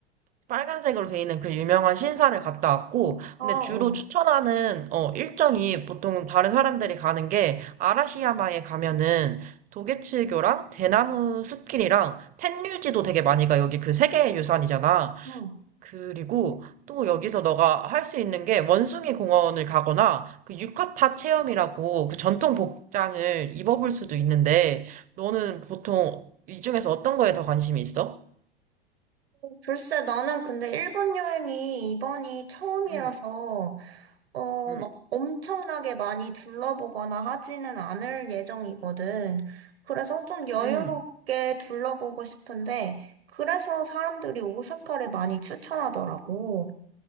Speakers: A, on the right (about 25°); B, on the right (about 75°).
A: 빨간색으로 돼 있는 그 유명한 신사를 갔다 왔고,
B: 아,
A: 근데 주로
B: 어.
A: 추천하는, 어, 일정이 보통 다른 사람들이 가는 게, 아라시야마에 가면은, 도게츠교랑 대나무 숲길이랑 텐류지도 되게 많이 가. 여기 그 세계 유산이잖아.
B: 응.
A: 그리고 또 여기서 너가 할 수 있는 게 원숭이 공원을 가거나 그 유카타 체험이라고 그 전통 복장을 입어볼 수도 있는데 너는 보통 이 중에서 어떤 거에 더 관심이 있어?
B: 글쎄, 나는 근데 일본 여행이 이번이 처음이라서
A: 음,
B: 어,
A: 음,
B: 막 엄청나게 많이 둘러보거나 하지는 않을 예정이거든. 그래서 좀 여유롭게
A: 음.
B: 둘러보고 싶은데, 그래서 사람들이 오사카를 많이 추천하더라고.